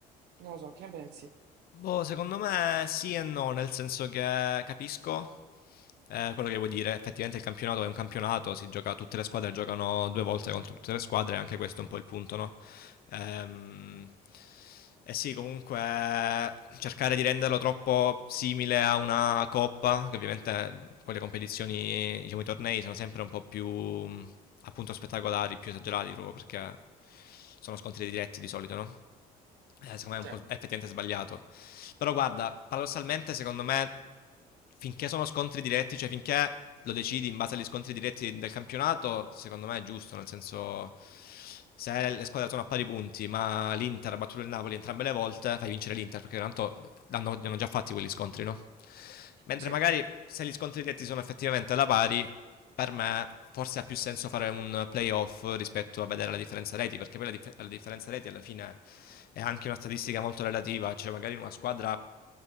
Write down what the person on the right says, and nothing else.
Non lo so, che ne pensi?
Sì,
sì.